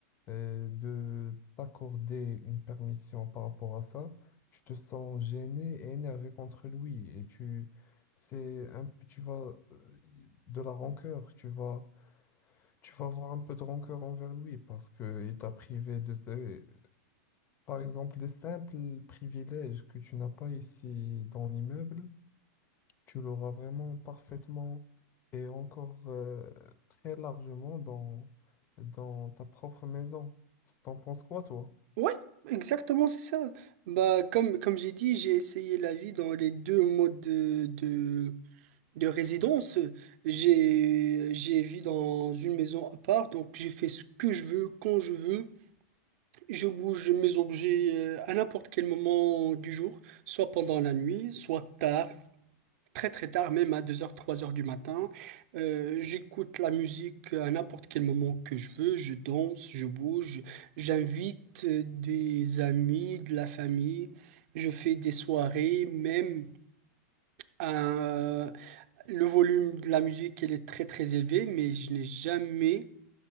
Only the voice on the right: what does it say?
Ouais, exactement, c'est ça. Bah, comme, comme j'ai dit, j'ai essayé la vie dans les deux modes de, de résidence, j'ai j'ai vécu dans une maison à part, donc j'ai fait ce que je veux, quand je veux. Je bouge mes objets euh, à n'importe quel moment du jour, soit pendant la nuit, soit tard, très très tard, même à deux heures, trois heures du matin. Euh, j'écoute la musique à n'importe quel moment que je veux, je danse, je bouge, j'invite euh, des amis, de la famille, je fais des soirées, même à le volume de la musique, elle est très très élevé, mais je n'ai jamais